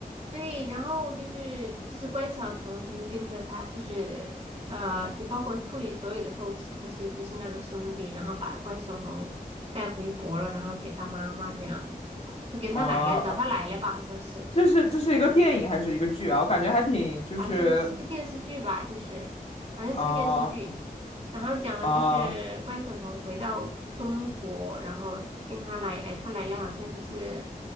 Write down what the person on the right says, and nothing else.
对，然后就是就是关晓彤，就是跟着他，就是呃，就包括处理所有的后事，就是就是那个兄弟，然后把关晓彤带回国了，然后给他妈妈这样子，好像是给他奶奶找他奶奶吧，
好像是，
好像是个电视剧吧，就是好像是个电视剧，
然后讲的就是关晓彤回到中国，
然后跟他奶奶，他奶奶好像就是